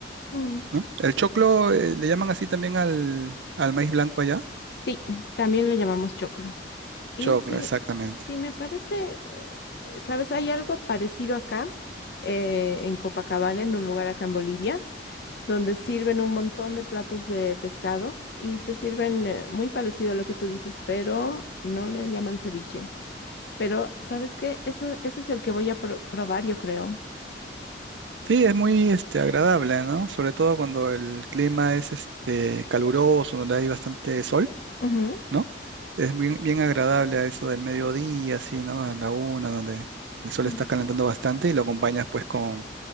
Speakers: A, on the left (about 60°); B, on the right (about 75°).
A: mm,
B: ¿no? El choclo, eh, le llaman así también al, al maíz blanco allá.
A: Sí, también le llamamos choclo. Y
B: Choclo,
A: sí,
B: exactamente.
A: sí me parece, eh, ¿sabes? Hay algo parecido acá, eh, en Copacabana, en un lugar acá en Bolivia, donde sirven un montón de platos de pescado y te sirven eh, muy parecido a lo que tú dices, pero no le llaman ceviche. Pero, ¿sabes qué? Eso, ese es el que voy a pro- probar, yo creo.
B: Sí, es muy este, agradable, ¿no? Sobre todo cuando el clima es este, caluroso, donde hay bastante sol,
A: Ujú,
B: ¿no? Es bien, bien agradable a eso del mediodía, así, ¿no? A la una, donde el sol
A: mm,
B: está calentando bastante y lo acompañas pues con,